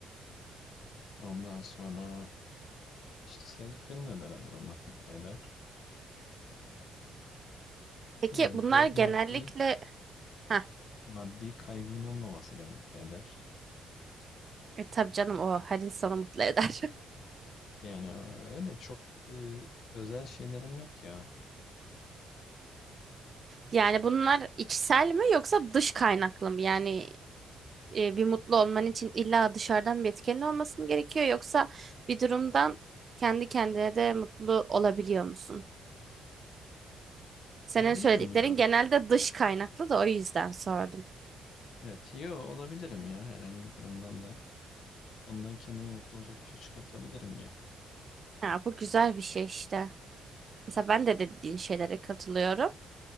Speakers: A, on the left (about 70°); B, on the right (about 40°).
A: ondan sonra işte sevdiklerimle beraber olmak mutlu eder.
B: Peki
A: Ne bileyim
B: bunlar
A: bir de
B: genellikle
A: maddi
B: ha
A: maddi kaygımın olmaması beni mutlu eder.
B: e, tabii canım o her insanı mutlu eder. <laughs>
A: Yani öyle çok e, özel şeylerim yok ya.
B: Yani bunlar içsel mi yoksa dış kaynaklı mı? Yani e, bir mutlu olman için illa dışarıdan bir etkenin olması mı gerekiyor yoksa bir durumdan kendi kendine de mutlu olabiliyor musun? Senin
A: Olabilirim
B: söylediklerin
A: ya.
B: genelde dış kaynaklı da o yüzden sordum.
A: Evet, yo olabilirim ya herhangi bir durumdan da. Ondan kendime mutlu olacak bir şey çıkartabilirim ya.
B: Ya bu güzel bir şey işte. Mesela ben de dediğin şeylere katılıyorum.